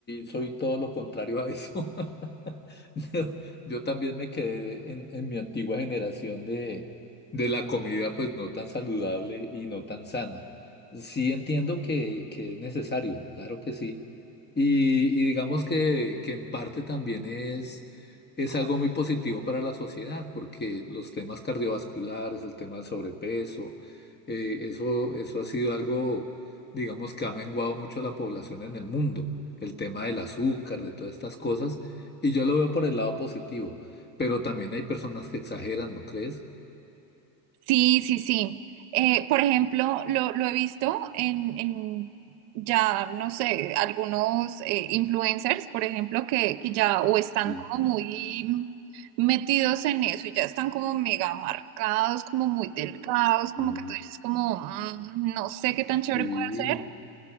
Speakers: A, on the left; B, on the right.
A: soy todo lo contrario a eso. <laughs> No, Yo también me quedé en, en mi antigua generación de, de la comida, pues no tan saludable y no tan sana. Sí entiendo que, que es necesario, claro que sí. Y, y digamos que, que en parte también es, es algo muy positivo para la sociedad, porque los temas cardiovasculares, el tema del sobrepeso, eh, eso, eso ha sido algo digamos que ha menguado mucho la población en el mundo, el tema del azúcar, de todas estas cosas, y yo lo veo por el lado positivo, pero también hay personas que exageran, ¿no crees?
B: Sí, sí, sí. Eh, por ejemplo, lo, lo he visto en, en ya, no sé, algunos eh, influencers, por ejemplo, que, que ya o están
A: Sí,
B: como muy metidos en eso y ya están como mega marcados, como muy delgados, como
A: sí.
B: que tú dices como, "Mm, no sé qué tan chévere
A: Sí,
B: puede ser.